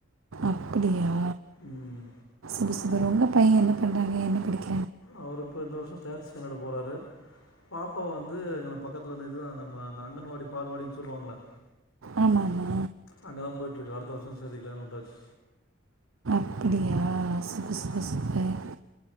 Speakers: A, on the right (about 85°); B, on the left (about 80°).
A: அப்பிடியா
B: உம்
A: சூப்பர் உங்க பையன் என்ன பண்றாங்க என்ன படிக்
B: அவரு இப்போ இந்த வருஷம் தேர்ட் ஸ்டாண்டர்ட் போறாரு பாப்பா வந்து எங்கன பக்கத்தில வந்து இது நம்ம அந்த அங்கன்வாடி பால்வாடின்னு சொல்லுவாங்கல்ல
A: ஆமாமா
B: அங்கதான் போயிட்டு இருக்கு அடுத்த வருஷம் சேதிக்கலான்னு விட்டாச்
A: அப்பிடியா சூப்ப சூப்ப சூப்பர்